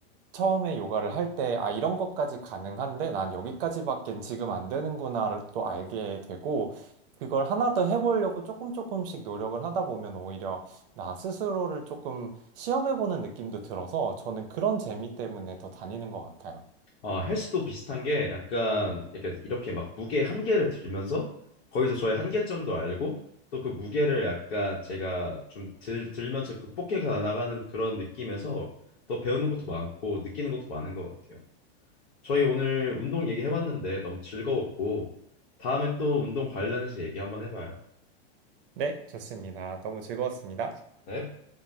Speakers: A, on the right; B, on the left.
A: 처음에 요가를 할 때, 아, 이런 것까지 가능한데, 난 여기까지밖엔 지금 안 되는구나를 또 알게 되고, 그걸 하나 더 해보려고 조금 조금씩 노력을 하다 보면 오히려 나 스스로를 조금 시험해보는 느낌도 들어서 저는 그런 재미 때문에 더 다니는 것 같아요.
B: 어, 헬스도 비슷한 게 약간 약간 이렇게 막 무게 한계를 들면서 거기서 저의 한계점도 알고 또 그 무게를 약간 제가 좀 들, 들면서 극복해 가 나가는 그런 느낌에서 더 배우는 것도 많고 느끼는 것도 많은 것 같아요. 저희 오늘 운동 얘기해봤는데 너무 즐거웠고 다음에 또 운동 관련해서 얘기 한번 해봐요.
A: 네, 좋습니다. 너무 즐거웠습니다.
B: 네.